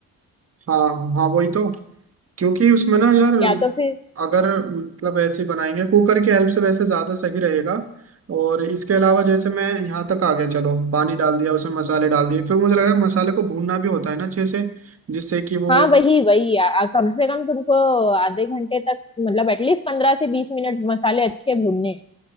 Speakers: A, on the right; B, on the left.
A: हाँ हाँ वही तो क्योंकि उसमें ना यार
B: या तो फिर
A: अगर मतलब ऐसे ही बनाएंगे कुकर की हेल्प से वैसे ज्यादा सही रहेगा और इसके अलावा जैसे मैं यहाँ तक आ गया चलो पानी डाल दिया उसमें मसाले डाल दिए फिर मुझे लग रहा है मसाले को भूनना भी होता है ना अच्छे से जिससे कि वो
B: हाँ वही वही आ, आ- कम से कम तुमको आधे घंटे तक मतलब एटलीस्ट पंद्रह से बीस मिनट मसाले अच्छे भूनने हैं